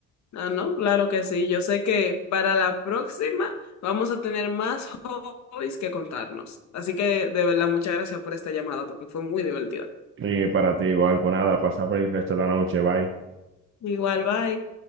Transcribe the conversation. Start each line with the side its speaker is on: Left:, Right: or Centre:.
Left: Ah, no, claro que sí. Yo sé que para la próxima vamos a tener más hobbies que contarnos. Así que de verdad, muchas gracias por esta llamada porque fue muy divertida.
Right: Y para ti igual, pues nada, pasa por el resto de la noche, bye.
Left: Igual, bye.